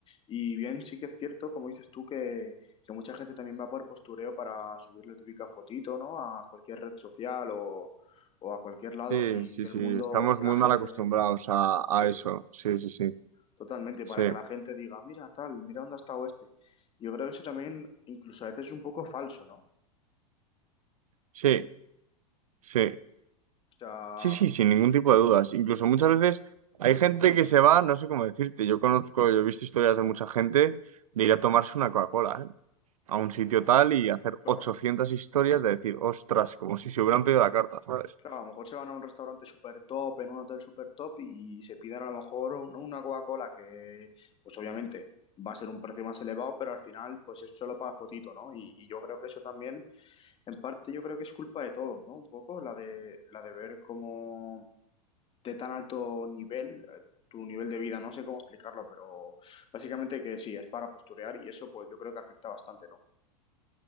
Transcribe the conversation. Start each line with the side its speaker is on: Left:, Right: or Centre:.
Left: Y bien, sí que es cierto, como dices tú, que, que mucha gente también va por postureo para subir la típica fotito, ¿no? A cualquier red social o, o a cualquier lado
Right: Sí,
Left: y
Right: sí,
Left: que
Right: sí,
Left: el mundo,
Right: estamos
Left: que
Right: muy
Left: la gente...
Right: mal acostumbrados a,
Left: Sí.
Right: a eso. Sí, sí, sí.
Left: Totalmente,
Right: Sí,
Left: para que la gente diga, mira tal, mira dónde ha estado este. Yo creo que eso también, incluso a veces es un poco falso, ¿no? O
Right: sí, sí.
Left: sea,
Right: Sí, sí, sin ningún tipo de dudas. Incluso muchas veces hay gente que se va, no sé cómo decirte, yo conozco, yo he visto historias de mucha gente de ir a tomarse una Coca-Cola, ¿eh? a un sitio tal y hacer
Left: claro,
Right: 800 historias de decir, ostras, como si se hubieran pedido la carta, ¿sabes?
Left: claro, a lo mejor se van a un restaurante súper top, en un hotel súper top y se piden a lo mejor un- una Coca-Cola que, pues obviamente va a ser un precio más elevado, pero al final, pues es solo para fotito, ¿no? Y, y yo creo que eso también, en parte, yo creo que es culpa de todos, ¿no? Un poco la de, la de ver cómo de tan alto nivel, eh, tu nivel de vida, no sé cómo explicarlo, pero básicamente que sí, es para posturear y eso pues yo creo que afecta bastante, ¿no?